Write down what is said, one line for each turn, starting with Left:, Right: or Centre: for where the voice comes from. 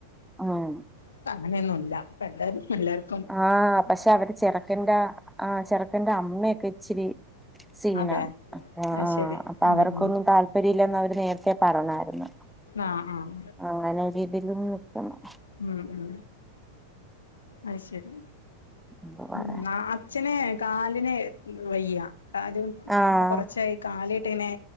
Centre: ഉം
Left: ഇപ്പോ അങ്ങനൊന്നൂല്ല ഇപ്പോ എല്ലാരും എല്ലാര്
Centre: ആഹ് പഷെ അവര് ചെറുക്കന്റെ ആഹ് ചെറുക്കന്റെ അമ്മയൊക്കെ ഇച്ചിരി സീനാണ്
Left: അതെ
Centre: ആഹ്
Left: അത് ശരി
Centre: അപ്പൊ
Left: ഉം
Centre: അവർക്കൊന്നും
Left: ഉം
Centre: താൽ ല്പര്യയില്ലാന്ന് അവര് നേരത്തെ പറഞ്ഞായിരുന്നു
Left: ആഹ് ആഹ്
Centre: അങ്ങനെ ഒരിതിലും നിക്കണം
Left: ഉം ഉം അയ്ശെരി
Centre: എന്ത് പറയാൻ
Left: ഇന്നാ അത് അച്ഛന് കാലിന് വയ്യാ കാലും
Centre: ആഹ്
Left: ഇപ്പൊ കൊറച്ചായി കാലിട്ടിങ്ങനെ